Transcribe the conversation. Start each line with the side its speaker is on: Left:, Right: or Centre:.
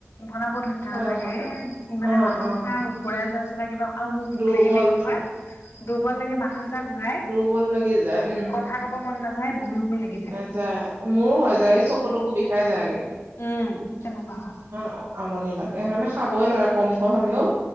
Left: বনাব ধৈৰ্য্য
Right: হয়
Left: নাথাকে
Right: কথাটো
Left: এ মানে
Right: অ',
Left: মাথা
Right: অ',
Left: ঘুৰাই যোৱাৰ নিচিনা কিবা আৰু মোক ভোক
Right: দুৰ্বল
Left: লাগিলে কি হয় দুৰ্বল লাগি মাথালা ঘুৰাই
Right: দুৰ্বল লাগি যায় উম
Left: কথা খাব মন নাযায় বমি বমি লাগে।
Right: নাযায় মোৰো হৈ যায় চকু তকু বিষাই যায়গে।
Left: উম তেনেকুৱা হয়।
Right: অ আমনি লাগে সেইকাৰণে খাবই লাগে কমকৈ হলেও